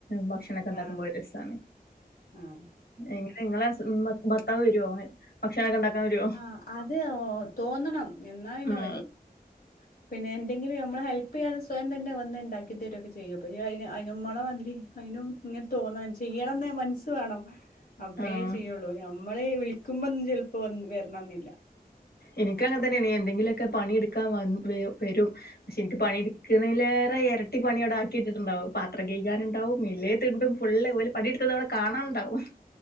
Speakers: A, on the left (about 80°); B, on the left (about 60°).
A: ഭക്ഷണൊക്കെ ഉണ്ടാക്കുമ്പോ
B: ആഹ്
A: ഒരു രസാണ്.
B: ആഹ്
A: എങ്ങനെ ങ്ങളെ അസ് ഭർത്താവെരോ ഭക്ഷണൊക്കെ ഉണ്ടാക്കാവെരോ.
B: ആഹ് അത് തോന്നണം ന്നാ പിന്നെ
A: ആഹ്
B: വരും പിന്നെ എന്തെങ്കിലും മ്മളെ ഹെൽപ് ഇപ്പയാൾ സ്വയം തന്നെ വന്ന് ഉണ്ടാക്കി തരൊക്കെ ചെയ്യും. അയിന് മ്മളെ മാ തിരി അയിനും ഇങ്ങ്. തോന്നാൻ ചെയ്യണംന്ന് മനസ്സ് വേണം അപ്പേ
A: ആഹ്
B: ചെയ്യുള്ളൂ നമ്മള് വിളിക്കുമ്പോ ചെൽപ്പോ വരണംമെന്നില്ല.
A: എൻക്കങ്ങനെ തന്നെണെ എന്തെങ്കിലുമൊക്കെ പണിയെടുക്കാൻ വരും. പക്ഷെ എനിക്ക് പണിയെ ടുക്കുന്നതിലേറെ എരട്ടി പണി അവിടാക്കിയിട്ടിട്ടുണ്ടാവും പാത്രകെയ്‌ കാനുണ്ടാവും. മേലെത്തിണ്ടും ഫുള്ള് ഒല് പണിയെടുത്തതവിടെ കാണാണ്ടാവും.